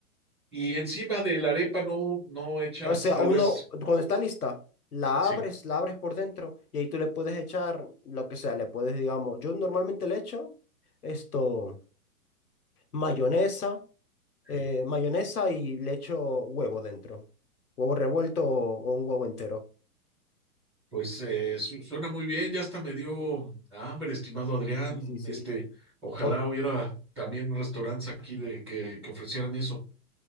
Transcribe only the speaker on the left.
O sea,
uno,
cuando está lista, la
abres, la abres por dentro y ahí tú le puedes echar lo que sea, le puedes, digamos, yo normalmente le echo esto, mayonesa, eh,
mayonesa y le echo huevo dentro, huevo revuelto o, o un huevo entero.
Sí, sí, sí.
O,